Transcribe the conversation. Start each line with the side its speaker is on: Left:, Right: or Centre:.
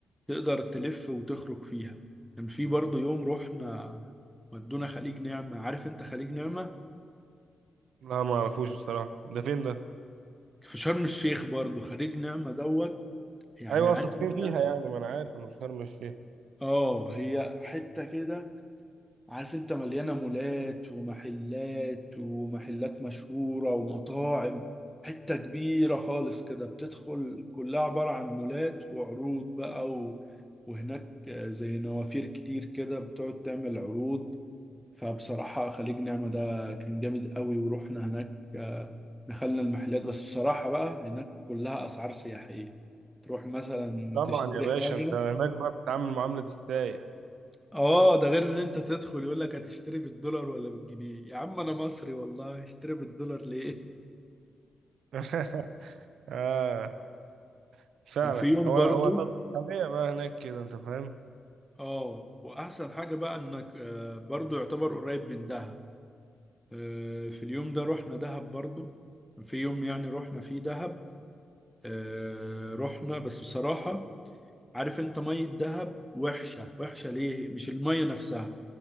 Centre: تقدر تلف وتخرج فيها كان في برضه يوم رحنا ودونا خليج نعمه عارف انت خليج نعمه
Right: لا ما اعرفوش بصراحه ده فين ده
Centre: في شرم الشيخ برضه خليج نعمه دوت يعني
Right: ايوه
Centre: عارف
Right: اقصد فين
Centre: انت
Right: فيها يعني ما انا عارف انه شرم الشيخ
Centre: اه هي حته كده عارف انت مليانة مولات ومحلات ومحلات مشهورة ومطاعم حتة كبيرة خالص كده بتدخل كلها عبارة عن مولات وعروض بقى و... وهناك زي نوافير كتير كده بتقعد تعمل عروض فبصراحة خليج نعمة ده كان جامد قوي ورحنا هناك آه، دخلنا المحلات بس بصراحة بقى هناك كلها أسعار سياحية تروح مثلا
Right: طبعا
Centre: تشتري
Right: يا باشا
Centre: حاجة
Right: انت هناك بقى بتتعامل معامله السايح
Centre: اه ده غير ان انت تدخل يقول لك هتشتري بالدولار ولا بالجنيه يا عم انا مصري والله هشتري بالدولار ليه
Right: <laughs> آه فعلا
Centre: كان في يوم
Right: هو
Centre: برضو
Right: هو طب- طبيعي بقى هناك كده انت فاهم
Centre: اه واحسن حاجة بقى انك آه، برضو يعتبر قريب من دهب آه، في اليوم ده رحنا دهب برضو في يوم يعني رحنا فيه دهب آه، رحنا بس بصراحة عارف انت مية دهب وحشة وحشة ليه مش المية نفسها